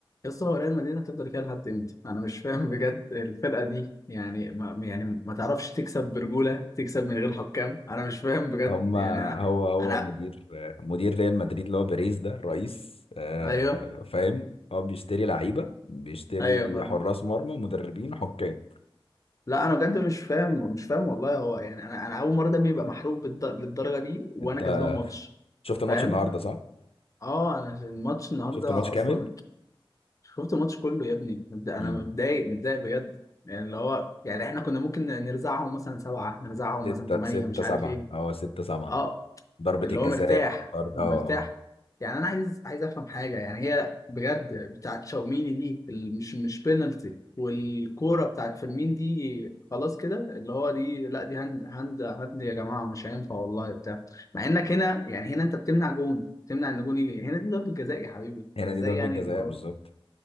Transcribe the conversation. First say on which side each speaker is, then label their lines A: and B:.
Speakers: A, on the left; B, on the left.
A: يا اسطى هو ريال مدريد هتفضل كده لحد امتى؟ انا مش فاهم بجد الفرقه دي يعني ما يعني ما تعرفش تكسب برجوله تكسب من غير حكام انا مش فاهم بجد
B: هم
A: يعني انا
B: هو هو
A: انا
B: مدير مدير ريال مدريد اللي هو بيريز ده الرئيس آه،
A: ايوه
B: فاهم هو بيشتري لعيبه بيشتري
A: ايوه فاهمك
B: حراس مرمى مدربين حكام
A: لا انا بجد مش فاهم مش فاهم والله هو يعني انا انا اول مره دمي يبقى محروق بالد- للدرجه دي وانا
B: انت
A: كسبان ماتش
B: شفت الماتش
A: فاهم
B: النهارده صح؟
A: اه انا الماتش النهارده
B: شفت الماتش كامل؟
A: اصلا شفت الماتش كله يا ابني متضايق- انا
B: امم
A: متضايق متضايق بجد يعني اللي هو يعني احنا كنا ممكن نرزعهم مثلا سبعه نرزعهم
B: ستة
A: مثلا ثمانيه
B: ستة
A: مش
B: سبعة
A: عارف ايه
B: اه ستة سبعة
A: اه
B: ضربة
A: اللي
B: الجزاء
A: هو مرتاح
B: والطرد
A: مرتاح
B: اه اه
A: يعني انا عايز عايز افهم حاجه يعني هي بجد بتاعت شاوميني دي ال- مش مش بينالتي والكوره بتاعت فيرمين دي خلاص كده اللي هو دي لا دي هاند هاند هاند يا جماعه مش هينفع والله بتاع مع انك هنا يعني هنا انت بتمنع جون بتمنع ان جون يجي هنا دي ضربه جزاء يا حبيبي
B: هنا
A: فازاي
B: دي ضربة
A: يعني
B: جزاء
A: اللي هو
B: بالظبط